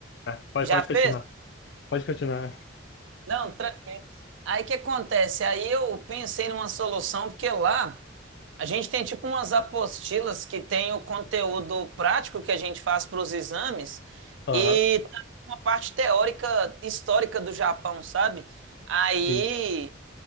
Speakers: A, on the left (about 60°); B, on the right (about 75°).
A: ah, pode,
B: já
A: pode
B: fez?
A: continuar, pode continuar.
B: Não, tranquilo. Aí o que acontece? Aí eu pensei numa solução, porque lá A gente tem tipo umas apostilas que tem o conteúdo prático que a gente faz para os exames
A: Aham,
B: e também uma parte teórica histórica do Japão, sabe? Aí,
A: sim,